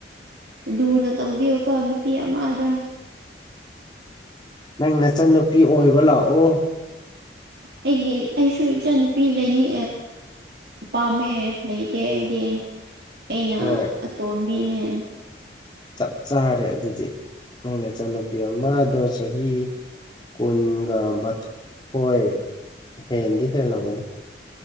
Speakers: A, on the right (about 65°); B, on the left (about 25°).
A: ꯂꯔꯅ ꯇꯧꯕꯤ ꯀꯅꯤ ꯄꯤꯌꯥꯃꯗ
B: ꯅꯪ ꯅꯆꯟꯅꯨꯄꯤ ꯑꯣꯏꯕ ꯂꯥꯛꯑꯣ
A: ꯑꯩꯒꯤ ꯑꯩꯁꯨ ꯏꯆꯥꯅꯨꯄꯤ ꯂꯩꯅꯤ ꯄꯥꯝꯃꯦ ꯂꯩꯇꯦ ꯑꯩꯗꯤ ꯑꯩꯅ
B: ꯍꯣꯏ
A: ꯑꯇꯣꯝꯕꯤꯅꯦ꯫
B: ꯆꯞ ꯆꯥꯔꯦ ꯑꯗꯨꯗꯤ ꯅꯪ ꯏꯆꯟꯅꯨꯄꯤ ꯑꯃꯗꯣ ꯆꯍꯤ ꯀꯨꯟꯒ ꯃꯊ ꯍꯣꯏ ꯍꯦꯟꯗꯤ ꯍꯦꯜꯂꯝꯒ